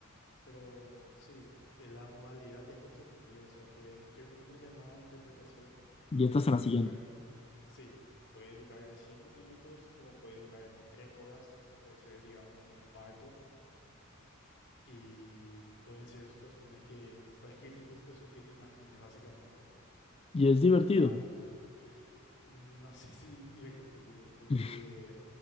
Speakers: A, on the left (about 55°); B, on the left (about 25°).
A: pero sí, eh, la modalidad es consecutiva, o sea que yo termino una llamada de interpretación
B: Y esta
A: que
B: será
A: puede
B: la siguiente.
A: durar, sí, puede durar de 5 minutos como puede durar 3 horas por ser, digamos, un parto Y pueden ser situaciones que, cualquier tipo de situación que te imagines, básicamente.
B: Y es divertido.
A: Ya, no sé si divertido, porque,
B: <laughs>